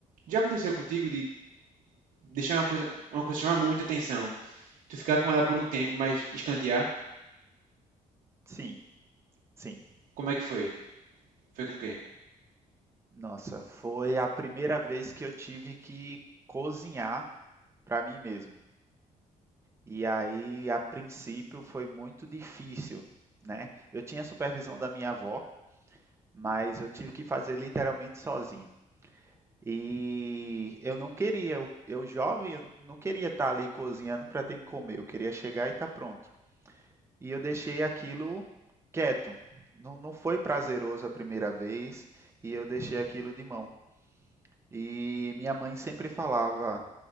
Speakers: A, on the right (about 80°); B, on the right (about 20°).
A: Já aconteceu contigo de deixar uma coisa, uma coisa chamar muita atenção, tu ficar com ela por um tempo, mas escantear?
B: Sim, sim.
A: Como é que foi? Foi com quem?
B: Nossa, foi a primeira vez que eu tive que cozinhar para mim mesmo. E aí, a princípio, foi muito difícil, né? Eu tinha a supervisão da minha avó, mas eu tive que fazer literalmente sozinho. E eu não queria, eu, eu jovem, eu não queria estar ali cozinhando para ter que comer, eu queria chegar e estar pronto. E eu deixei aquilo quieto. Não, não foi prazeroso a primeira vez e eu deixei aquilo de mão. E minha mãe sempre falava.